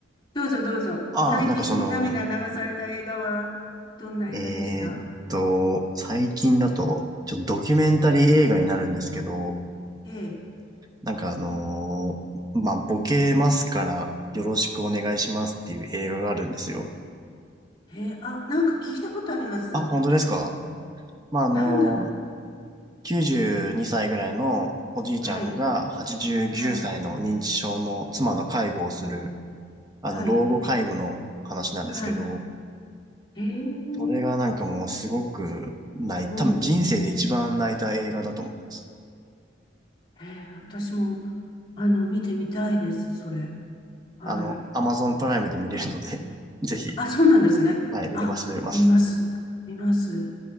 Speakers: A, on the left (about 25°); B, on the right (about 20°).
A: どうぞどうぞ。
B: ああ、
A: 最近涙流された映画は、
B: なんかその、
A: どんな映画でした
B: えーっと、最近だと、ちょっとドキュメンタリー映画になるんですけど、
A: ええ、
B: なんかあのーまあ、ボケますからよろしくお願いしますっていう映画があるんですよ。
A: ええ、あ、なんか聞いたことあります。
B: あ、本当ですかまあ、あのー
A: なんだろ
B: 92歳ぐらいのおじいちゃんが89歳の認知症の妻の介護をする、
A: う。はい、はい、
B: あの、
A: はい、
B: 老後介護の話なんですけど、
A: はい。ええ、
B: それがなんかもうすごく泣い、
A: うん、
B: 多分人生で一番泣いた映画だと思います。
A: えー、私も、あの、見てみたいです、それ。はい。
B: あの、Amazon プライムで見れるので、<laughs> ぜひ、
A: あ、そうなんですね。
B: はい、見れます、
A: あ、
B: 見れます。
A: 見ます。見ます。